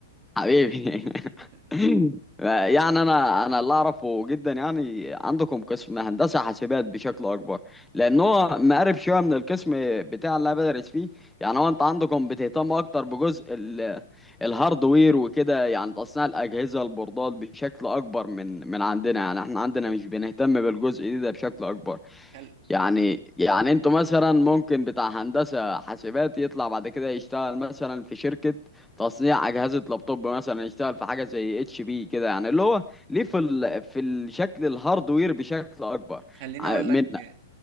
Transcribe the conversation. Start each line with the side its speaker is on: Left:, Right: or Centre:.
Centre: حبيبي
Right: <laughs>
Centre: <laughs> يعني انا انا اللي اعرفه جدا يعني عندكم قسم هندسه حاسبات بشكل اكبر لان هو مقارب شويه من القسم بتاع اللي انا بدرس فيه يعني هو انت عندكم بتهتم اكتر بجزء ال- الهاردوير وكده يعني تصنيع الاجهزه البوردات بشكل اكبر من من عندنا يعني احنا عندنا مش بنهتم بالجزء ده بشكل اكبر
Right: خل
Centre: يعني يعني انتوا
Right: ايوه
Centre: مثلا ممكن بتاع هندسة حاسبات يطلع بعد كده يشتغل مثلا في شركة تصنيع أجهزة لابتوب مثلا يشتغل في حاجة زي اتش بي كده يعني اللي هو ليه في ال... في الشكل الهاردوير بشكل أكبر
Right: خليني
Centre: ع-
Right: اقول
Centre: منا
Right: لك